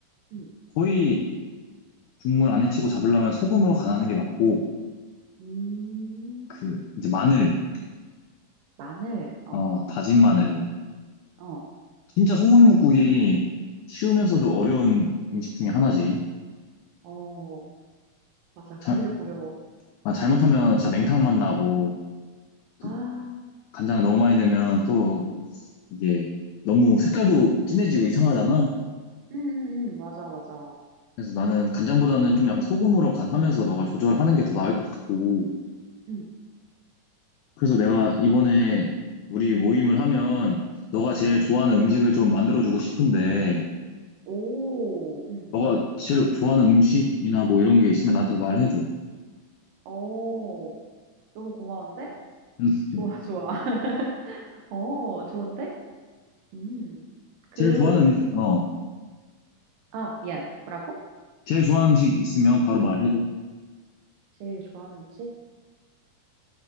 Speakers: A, on the right (about 80°); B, on the left (about 85°).
A: 응.
B: 거의 국물 안에 치고 잡으려면 소금으로 간하는 게 맞고
A: 음.
B: 그 이제 마늘,
A: 마늘. 어.
B: 어, 다진 마늘.
A: 어.
B: 진짜 소고기 뭇국이 쉬우면서도
A: 응.
B: 어려운 음식 중에 하나지.
A: 어. 맞아. 그래
B: 잘,
A: 보여.
B: 아, 잘못하면 진짜 맹탕 맛 나고 또
A: 아.
B: 간장 너무 많이 넣으면 또
A: 응,
B: 이게 너무 색깔도 진해지고 이상하잖아.
A: 응, 응. 맞아, 맞아.
B: 그래서 나는 간장보다는 좀 약간 소금으로 간하면서 너가 조절하는 게 더 나을 것 같고.
A: 응.
B: 그래서 내가 이번에 우리 모임을 하면 너가 제일 좋아하는
A: 응.
B: 음식을 좀 만들어주고 싶은데,
A: 오, 응응
B: 너가
A: 응
B: 제일 좋아하는 음식이나 뭐 이런 게 있으면 나한테 말해줘.
A: 어, 너무 고마운데?
B: <laughs>
A: 좋아, 좋아. <laughs> 어, 좋은데? 음. 그,
B: 제일 좋아하는 음식, 어.
A: 아, 미안. 뭐라고?
B: 제일 좋아하는 음식 있으면 바로 말해줘.
A: 제일 좋아하는 음식?